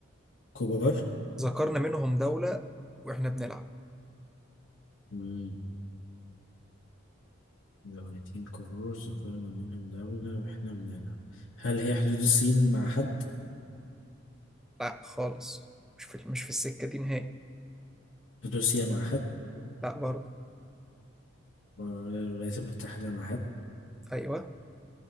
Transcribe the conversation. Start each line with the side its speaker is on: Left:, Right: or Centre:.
Left: كبار
Centre: ذكرنا منهم دولة وإحنا بنلعب
Left: مم. دولتين كبار ذكرنا منهم دولة وإحنا بنلعب هل هي حدود الصين مع حد؟
Centre: لا خالص مش في مش في السكة دي نهائي
Left: روسيا مع حد؟
Centre: لا برضه
Left: ولا الولايات المتحدة مع حد
Centre: أيوه